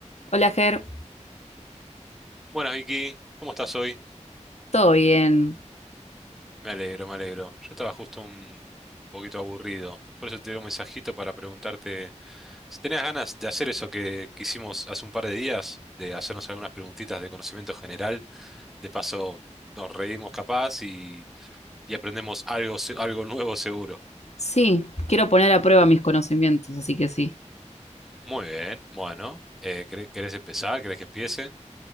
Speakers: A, on the left; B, in the centre.
A: Hola, Ger.
B: Buenas Vicky, ¿cómo estás hoy?
A: ¿Todo bien?
B: Me alegro, me alegro. Yo estaba justo un poquito aburrido, por eso te di un mensajito para preguntarte si tenías ganas de hacer eso que, que hicimos hace un par de días, de hacernos algunas preguntitas de conocimiento general. De paso, nos reímos capaz y, y aprendemos algo, se- algo nuevo seguro.
A: Sí, quiero poner a prueba mis conocimientos, así que sí.
B: Muy bien, bueno, eh, ¿querés, querés empezar? ¿Querés que empiece?